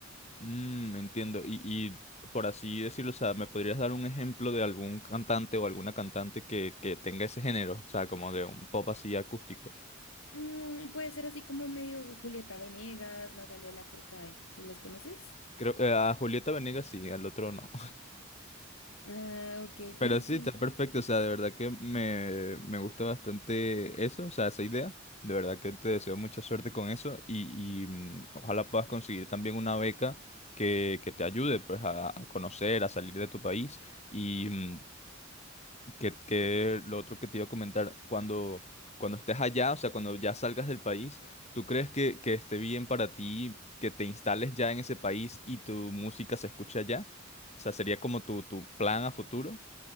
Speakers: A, on the left; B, on the left.
A: Mm, entiendo. Y, y por así decirlo, o sea, ¿me podrías dar un ejemplo de algún cantante o alguna cantante que, que tenga ese género? O sea, como de un pop así acústico.
B: Mm, puede ser así como medio Julieta Venegas, Natalia Lafourcade, ¿sí ¿los conoces?
A: Creo, eh, a Julieta Venegas sí, al otro no.
B: Ah,
A: <laughs>
B: ok,
A: Pero
B: bueno,
A: sí,
B: sí,
A: está perfecto. O sea, de verdad que me, me gusta bastante eso, o sea, esa idea. De verdad que te deseo mucha suerte con eso y, y, mm, ojalá puedas conseguir también una beca que, que te ayude pues a, a conocer, a salir de tu país. Y mm, Que, que lo otro que te iba a comentar, cuando, cuando estés allá, o sea, cuando ya salgas del país, ¿tú crees que, que esté bien para ti que te instales ya en ese país y tu música se escuche allá? O sea, ¿sería como tu, tu plan a futuro?